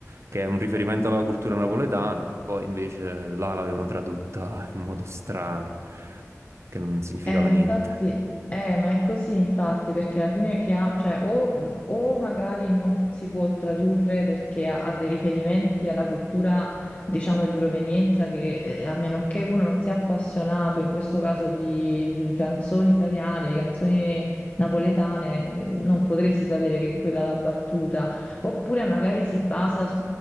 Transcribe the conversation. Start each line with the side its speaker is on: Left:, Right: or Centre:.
Right: che è un riferimento alla cultura napoletana, e poi invece là l'avevano tradotta in modo strano, che non significava
Left: Eh, ma
Right: niente.
Left: infatti, eh, ma è così infatti, perché alla fine che ha, cioè, o, o magari non si può tradurre perché ha, ha dei riferimenti alla cultura, diciamo, di provenienza che, eh, a meno che uno non sia appassionato, in questo caso, di, di- di canzoni italiane, di canzoni napoletane, mm, non potresti sapere che è quella la battuta. Oppure magari si basa